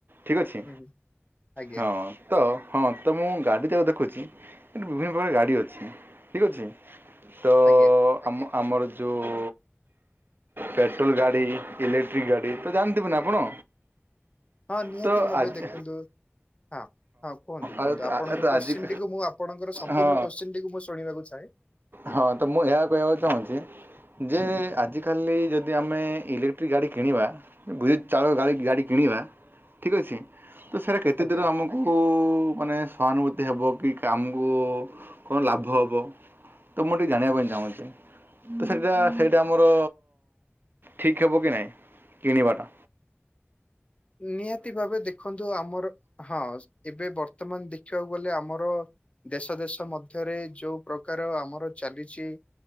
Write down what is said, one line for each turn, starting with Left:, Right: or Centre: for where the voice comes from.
Right: ଠିକ୍ ଅଛି
Left: ହୁଁ ଆଜ୍ଞା
Right: ହଁ। ତ ହଁ ତ ମୁଁ ଗାଡ଼ି ତାକୁ ଦେଖୁଛି ବିଭିନ୍ନ ପ୍ରକାର ଗାଡି ଅଛି ଠିକ ଅଛି ତ
Left: ଆଜ୍ଞା।
Right: ଓ ଆମର ଯୋଉ ପେଟ୍ରୋଲ ଗାଡ଼ି ଇଲେକ୍ଟ୍ରିକ୍ ଗାଡ଼ି ତ ଜାଣ ଥିବେ ନା ଆପଣ।
Left: ହଁ ନିହାତି
Right: ତ
Left: ଭାବେ
Right: ଆଜି
Left: ଦେଖନ୍ତୁ ହଁ। ହଁ କୁହନ୍ତୁ
Right: ଆ-
Left: କୁହନ୍ତୁ ଆପଣଙ୍କ
Right: ତ
Left: କୋଶ୍ଚିନଟିକୁ
Right: ଆଜି
Left: ମୁଁ ଆପଣଙ୍କର ସମ୍ପୂର୍ଣ୍ଣ
Right: ହଁ
Left: କୋଶ୍ଚିନଟିକୁ ମୁଁ ଶୁଣିବାକୁ ଚାହେଁ? ହୁଁ
Right: ହଁ ତ ମୁଁ ଏହା କହିବାକୁ ଚାହୁଁଛି? ଯେ ଆଜିକାଲି ଯଦି ଆମେ ଇଲେକ୍ଟ୍ରିକ ଗାଡ଼ି କିଣିବା। ବୁଲେଟ ଚାଳକ ଗା ଗାଡ଼ି କିଣିବା ଠିକ୍ ଅଛି ତ ସେରା କେତେ
Left: ଆଜ୍ଞା।
Right: ଦୂର ଆମକୁ ଆମକୁ ମାନେ ସହାନୁଭୂତି ହେବ କି କାମକୁ କଣ ଲାଭ ହେବ? ତ ମୁଁ ଟିକେ ଜଣିବା ପାଇଁ ଚାହୁଁଛି? ତ ସେଇଟା ସେଇଟା ଆମର ଠିକ ହବ କି ନାହିଁ? କିଣିିବାଟା?
Left: ନିହାତି ଭାବେ ଦେଖନ୍ତୁ ଆମର ହଁ ଏବେ ବର୍ତ୍ତମାନ ଦେଖିବାକୁ ଗଲେ ଆମର ଦେଶ ଦେଶ ମଧ୍ୟରେ ଯୋଉ ପ୍ରକାର ଆମର ଚାଲିଛି